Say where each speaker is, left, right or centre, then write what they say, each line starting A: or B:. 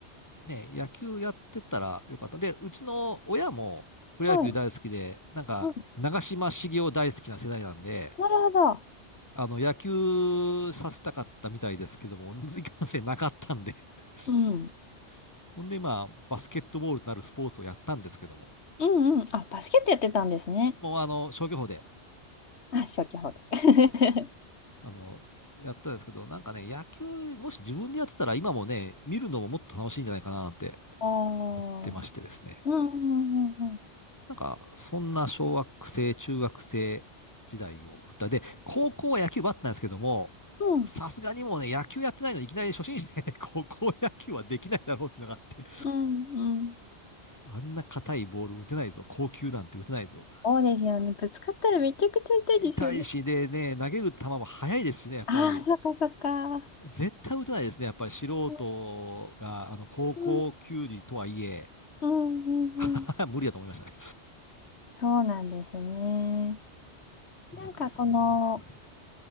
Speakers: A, on the left; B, on the left.
A: ね、野球やってたらよかった。で、うちの親もプロ野球大好きで、
B: はい。
A: なんか、
B: うん。
A: 長嶋茂雄大好きな世代なんで、
B: なるほど。
A: あの、野球させたかったみたいですけども、<laughs> いかんせんなかったんで
B: うん。
A: <laughs> ほんで、まあ、バスケットボールとなるスポーツをやったんですけども、
B: うんうん。あ、バスケットやってたんですね。
A: もう、あの、消去法で、
B: あ、消去法で。<laughs>
A: あの、やったんですけど、なんかね、野球、もし自分でやってたら、今もね、見るのももっと楽しいんじゃないかなって
B: あ
A: 思ってましてですね。
B: あ。うんうんうんうん。
A: なんか、そんな小学生、中学生時代を送った。で、高校は野球部あったんですけども、
B: うん
A: さすがにもうね、野球やってないのにいきなり初心者でね、<laughs> 高校野球はできないだろうっていうのがあって、
B: うんうん。
A: あんな硬いボール打てないぞ、高級なんて打てないぞ。
B: そうですよね。ぶつかったらめちゃくちゃ痛いですよね。
A: 痛いしでね、投げる球も速いですしね、やっぱり。
B: ああー、そっかそっか。
A: 絶対打てないですね。やっぱり素人が、
B: う
A: あの、高校球児とはいえ、
B: んうんうんうん。
A: <laughs> 無理だと思いましたね。
B: そうなんですね。
A: <laughs> なんか、
B: なんかこの
A: そんなんですね。